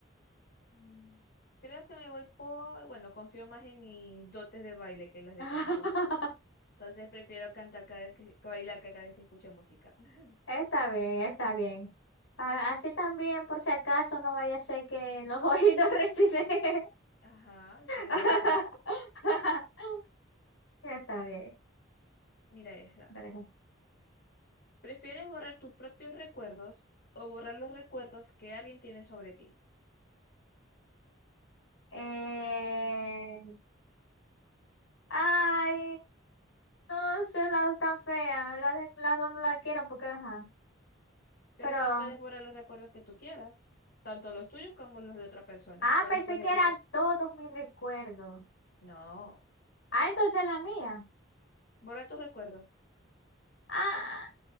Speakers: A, on the left; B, on the left.
A: mm. Creo que me voy por, bueno, confío más en mis dotes de baile que en las de
B: <laughs>
A: canto. Entonces prefiero cantar cada vez que, bailar cada vez que escucho música. <laughs>
B: Está bien, está bien. A- Así también, por si acaso, no vaya a ser que los ojitos <laughs> rechileen.
A: Ajá, tienes
B: <laughs>
A: razón.
B: Está bien.
A: Mira esta.
B: Pero,
A: ¿Prefieres borrar tus propios recuerdos o borrar los recuerdos que alguien tiene sobre ti?
B: Eh, Ay, no sé, las dos tan feas. Las, de- las dos no la quiero porque, ajá.
A: Pero
B: Pero,
A: es que puedes borrar los recuerdos que tú quieras, tanto los tuyos como los de otra persona.
B: ah,
A: ¿Cuál
B: pensé
A: escogerías?
B: que eran todos mis recuerdos.
A: No,
B: Ah, entonces la mía.
A: borrar tus recuerdos.
B: Ah,